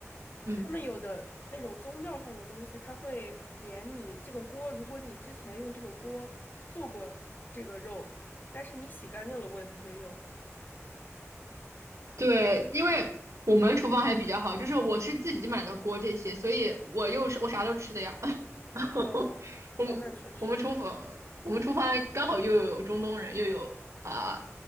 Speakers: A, on the right; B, on the left.
A: 嗯。
B: 他们有的那种宗教上的东西，他会连你这个锅，如果你之前用这个锅做过这个肉，但是你洗干净了，我也不会用。
A: 对，因为我们厨房还比较好，就是我是自己买的锅这些，所以我又是我啥都吃的呀。<laughs>
B: 哦哦，
A: 我们我们厨房我们厨房刚好又有中东人，
B: 那确实，
A: 又有啊、